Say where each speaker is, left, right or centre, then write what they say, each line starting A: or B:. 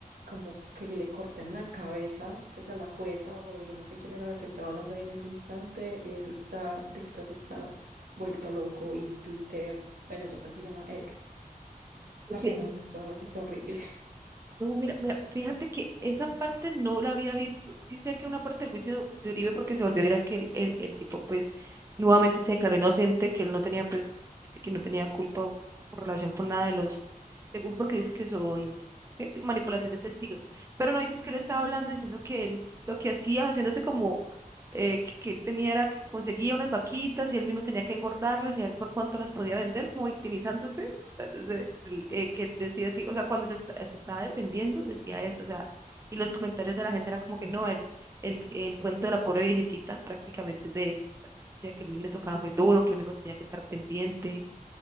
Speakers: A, on the right; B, on the right.
A: como que le corten la cabeza pues a la jueza o yo no sé quién era la que estaba hablando ahí en ese instante y eso está, TikTok está vuelto loco y Twitter, bueno, ya se llama X. Parce,
B: Sí,
A: no, eso está, eso está horrible.
B: No, mira, mira, fíjate que esa parte no la había visto. Sí sé que una parte del juicio de de Uribe porque se volvió a viral que el, el, el tipo pues nuevamente se declaró inocente, que él no tenía pues, dice que no tenía culpa o, o relación con nada de los, según porque dice que son ¿qué? que manipulación de testigos. Pero no viste es que él estaba hablando diciendo que él lo que hacía, haciéndose como eh, que, que él tenía era que conseguía unas vaquitas y él mismo tenía que engordarlas y a ver por cuánto las podía vender, como victimizándose sea, desde eh, que él decía así, o sea, cuando se, esta- se estaba defendiendo, decía eso, o sea, y los comentarios de la gente era como que no, el, el, el cuento de la pobre viejecita prácticamente es de él, decía que él le tocaba muy duro, que él mismo tenía que estar pendiente